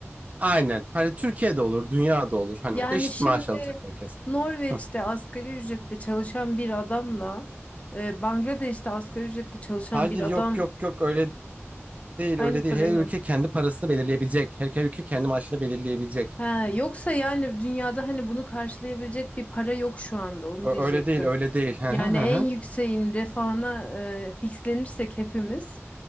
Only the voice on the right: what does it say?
Aynen. Hani Türkiye'de olur, dünyada olur. Hani
eşit
maaş alacak herkes.
Hı.
Hayır
yok yok yok öyle değil
öyle
değil. Her
ülke kendi parasını belirleyebilecek. Her, her ülke kendi maaşını belirleyebilecek.
Ö-
öyle değil öyle değil. Hı
hı hı.
hı.